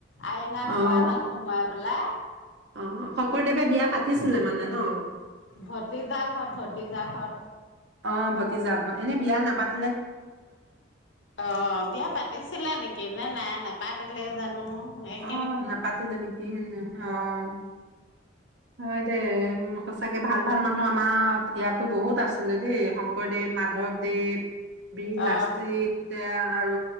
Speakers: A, on the left; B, on the right.
A: আইনা
B: অ',
A: ঘৰ এতাত সমাত বোলে
B: অ, শংকৰদেৱে বিয়া পাতিছিলে মানে ন।
A: ভতিজা ঘত, ভতিজা ঘত।
B: অ, ভতিযা হয়। এনে বিয়া নাপাত
A: অ, বিয়া পাতিছিলে নেকি, নে নাই নপতা পাতিলে জানো, এক
B: অঁ, নাপাতিলে নেকি, অঁ হয় দে উম, সচাকে ভাল-ভাল মানুহ আমাৰ ইয়াতো বহুত আছে আছিলে দেই, শংকৰদেৱ মাধৱদেৱ বীৰ
A: অ
B: লাচিত আৰু